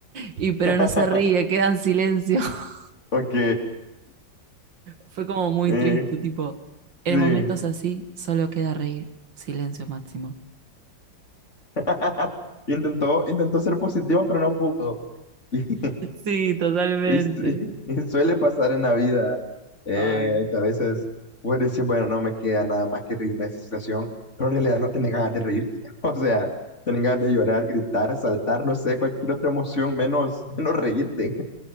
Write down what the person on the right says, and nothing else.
Y pero
no se ríe, queda en silencio. <laughs>
Fue como muy
triste, tipo, en
momentos así solo queda reír. Silencio máximo. <laughs>
Sí, totalmente.
Ay.